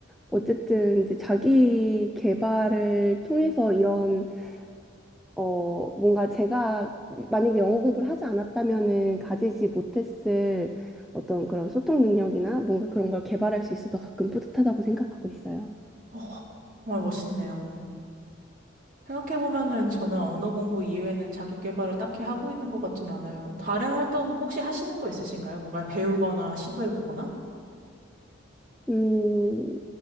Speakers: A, in the centre; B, on the right.
A: 어쨌든 이제 자기 개발을 통해서 이런 어 뭔가 제가 만약에 영어 공부를 하지 않았다면은 가지지 못했을 어떤 그런 소통 능력이나 뭔가 그런 걸 개발할 수 있어서 가끔 뿌듯하다고 생각하고 있어요.
B: 어, 정말 멋있네요. 생각해보면은 저는 언어 공부 이외에는 자기 개발을 딱히 하고 있는 것 같진 않아요. 다른 활동 혹시 하시는 거 있으신가요? 뭔가 배우거나 시도해보거나?
A: 음,